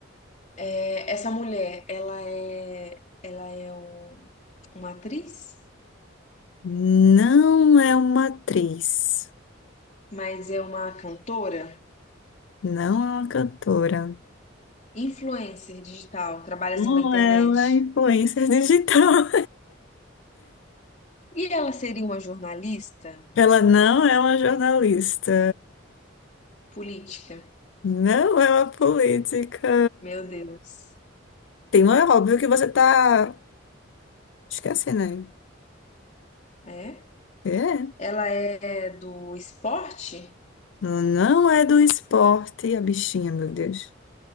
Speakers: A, on the left; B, on the left.
A: É, essa mulher, ela é, ela é um- uma atriz,
B: Não é uma atriz.
A: mas é uma cantora,
B: Não é uma cantora.
A: influencer digital, trabalha
B: Não
A: assim com a internet.
B: é uma influencer digital.
A: E ela seria uma jornalista
B: <laughs> Ela não é uma jornalista.
A: política?
B: Não é uma política.
A: Meu Deus.
B: Tem um é óbvio que você tá esquecendo aí.
A: É?
B: É.
A: Ela é do esporte?
B: Ela Não é do esporte, a bichinha, meu Deus.